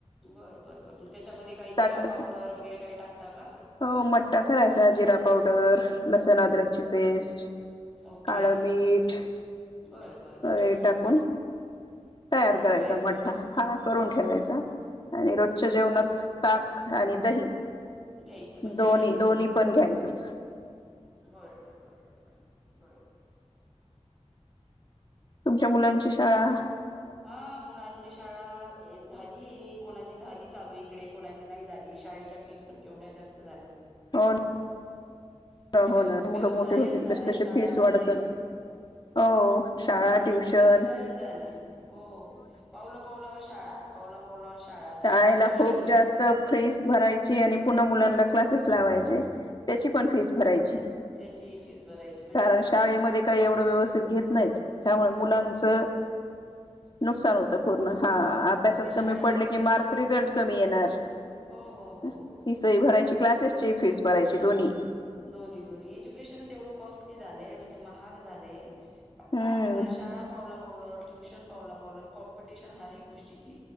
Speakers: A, in the centre; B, on the left.
A: बर, बर, बर मग त्याच्यामध्ये काही जिरा
B: ताकाच
A: पावडर वगैरे काही टाकता का?
B: हो मट्टा करायचा जिरा पावडर, लसण, अद्रकची पेस्ट
A: ओके
B: काळं मीठ
A: बर बर बर
B: वगैरे
A: बर
B: टाकून
A: करून
B: तयार करायचा
A: ठेवायचं
B: मठ्ठा हा करून ठेवायचा.
A: बर
B: आणि रोजच्या जेवणात ताक आणि दही.
A: घ्यायचं म्हणजे
B: दोन्ही,
A: घ्यायचंच
B: दोन्ही पण घ्यायचच.
A: बर बर बर बर बर बरोबर.
B: तुमच्या मुलांची शाळा?
A: हा मुलांची शाळा झाली कोणाची झाली चालू इकडे कोणाची नाही झाली शाळेच्या फीस पण केवढ्या जास्त झाल्यात.
B: हो ना
A: म्हणजे व्यव
B: हो ना
A: व्यवसायच
B: मुलं मोठीे होतील
A: झालाय
B: तशी, तशी
A: शाळा
B: फीस
A: म्हणजे
B: वाढत चालली. हो शाळा,
A: नाही
B: ट्युशन
A: व्यवसायच झालाय हो पावल, पावलावर शाळा, पावला, पावलावर शाळा, तसच
B: शाळेला
A: ट्युशनही.
B: खूप जास्त फीस भरायची आणि पून्हा मुलांना क्लासेस लावायचे. त्याची पण फीस भरायची
A: त्याची फीस भरायची म्हणजे
B: कारण शाळेमध्ये काही एवढं व्यवस्थित घेत नाहीत त्यामुळे मुलांच नुकसान होतं पूर्ण हा अभ्यासात
A: मग ते शाळेला
B: कमी पडले
A: फीस
B: की मार्क रिझल्ट कमी येणार,
A: हो हो हो
B: फि
A: हो
B: सही भरायची
A: बरोबर
B: क्लासेस- ची फीस भरायची दोन्ही.
A: दोन्ही, दोन्ही एज्युकेशनच एवढं कॉस्टली झालंय म्हणजे, महाग झालेय.
B: हम्म
A: काय करणार शाळा पावला, पावलवर- ट्युशन पावला, पावलावर कॉम्पिटिशन हर एक गोष्टीची.